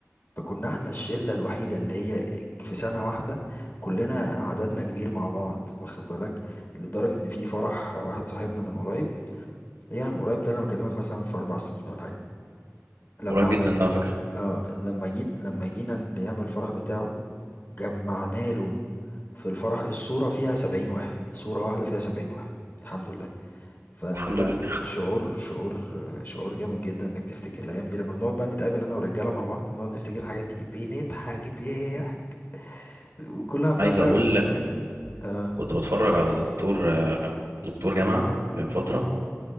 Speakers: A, on the left; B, on the right.
A: فكنا احنا الشلة الوحيدة اللي هي في سنة واحدة كلنا عددنا كبير مع بعض واخد بالك لدرجة ان في فرح واحد صاحبنا من قريب يعني من قريب ده انا بكلمك مثلا في اربع سنين ولا حاجة لما
B: قريب
A: عملت
B: جدا على فكره
A: اه لما جيت لما جينا نعمل الفرح بتاعه جمعنا له في الفرح الصورة فيها سبعين واحد صورة واحدة فيها سبعين واحد الحمد لله فلا
B: الحمد لله
A: شعور شعور شعور جامد جدا انك تفتكر الايام دي لما بنقعد بقى نتقابل انا والرجالة مع بعض بنقعد نفتكر الحاجات دي بنضحك ضحك وكلها بقى
B: عايز
A: فاهم
B: اقول لك
A: اه
B: كنت بتفرج على دكتور آه، دكتور جامعه من فتره